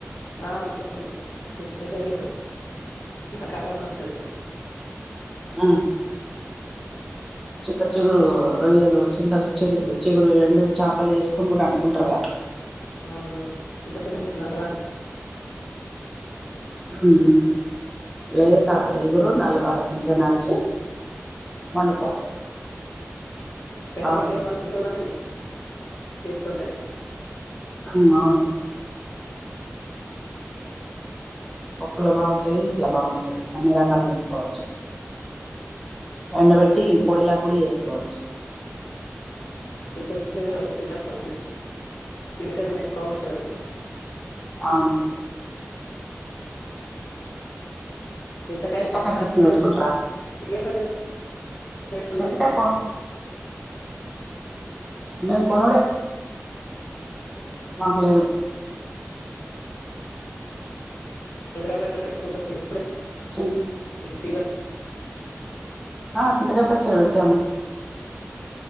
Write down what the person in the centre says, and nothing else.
ఆ చింత చిగురు రొయ్యలు చింత చెరు చిగురు రెండు చేపలు వేసుకుని వండుకుంటారు గా
హ లేతా ఈగురు నలవాలి మంచిగా నలిసి వండుకోవాలి
బాగుంటది
అవును పప్పులు బాగుంటాయి ఇట్లా బాగుంటాయి అన్ని రకాలు చేసుకోవచ్చు ఎండబెట్టి పొడిలాక కూడా చేసుకోవచ్చు
అవును
చిత్త
కాయ చెట్టుని
పెట్టుకుంటార
చింతకా కి మేం కొనుడే మాకులేదు
చి
ఆ చింతకాయ పచ్చడ పెట్టాము